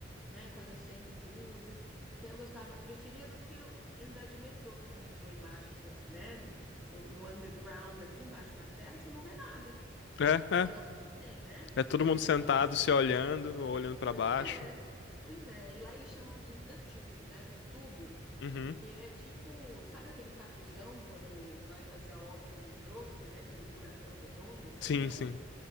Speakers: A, in the centre; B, on the left.
A: né, conhecendo tudo. Então eu gostava, preferia do que eu andar de metrô, porque o metrô embaixo, do- né, no, no underground ali, embaixo da terra, você não vê nada.
B: É,
A: Que
B: é.
A: graça que tem, né?
B: É todo
A: Conhecer
B: mundo sentado,
A: uma cidade.
B: se olhando, ou olhando pra
A: Pois
B: baixo.
A: é, pois é. E lá eles chamam de the tube, né, do tubo,
B: Uhum.
A: porque é tipo, sabe aquele tatuzão quando vai fazer a obra do metrô, que você vê aquele buracão redondo assim,
B: Sim,
A: né,
B: sim.
A: um